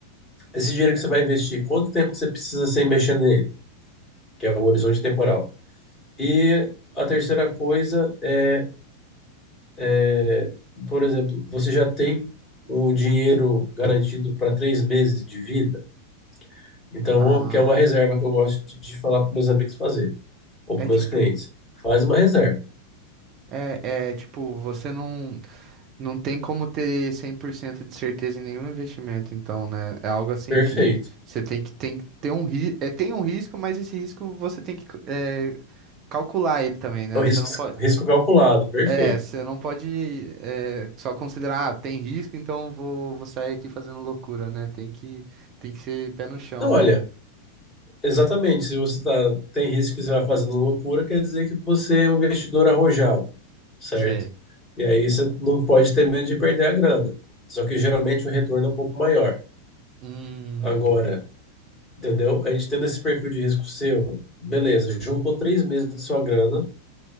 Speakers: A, on the left; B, on the right.
A: esse dinheiro que você vai investir, quanto tempo que você precisa sem mexer nele? Que é o horizonte temporal. E a terceira coisa é, é, por exemplo, você já tem o dinheiro garantido para três meses de vida? Então,
B: Ah,
A: que é uma reserva que eu gosto de falar para meus amigos fazer. ou
B: é
A: para meus
B: tipo.
A: clientes. Faz uma reserva.
B: É, é tipo, você não. Não tem como ter 100% de certeza em nenhum investimento, então, né? É algo assim
A: Perfeito.
B: que você tem que, tem que ter um risco. É, tem um risco, mas esse risco você tem que é, calcular ele também, né?
A: É o risco,
B: Você não pode.
A: risco calculado. Perfeito.
B: É, você não pode é, só considerar, ah, tem risco, então vou, vou sair aqui fazendo loucura, né? Tem que, tem que ser pé no chão,
A: Não,
B: né?
A: olha, exatamente. Se você tá, tem risco que você vai fazendo loucura, quer dizer que você é um investidor arrojado, certo?
B: Sei.
A: E aí você não pode ter medo de perder a grana. Só que geralmente o retorno é um pouco maior.
B: Hum,
A: Agora, entendeu? A gente tendo esse perfil de risco seu, beleza, juntou três meses de sua grana,